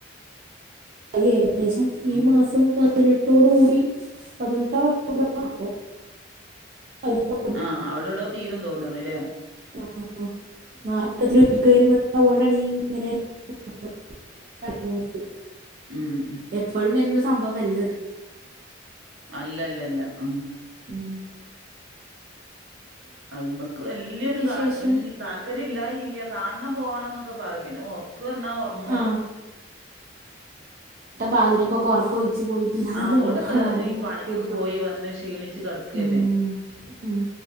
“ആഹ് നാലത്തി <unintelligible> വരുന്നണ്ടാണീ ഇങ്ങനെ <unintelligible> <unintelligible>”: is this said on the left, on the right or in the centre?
Right